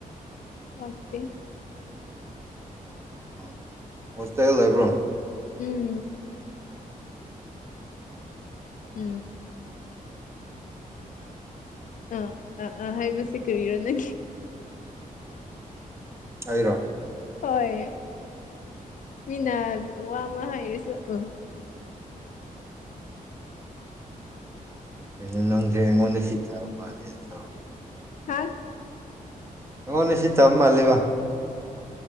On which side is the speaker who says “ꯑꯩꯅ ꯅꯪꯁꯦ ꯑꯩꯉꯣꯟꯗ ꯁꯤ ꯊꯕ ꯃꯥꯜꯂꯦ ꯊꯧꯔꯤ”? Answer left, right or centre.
Right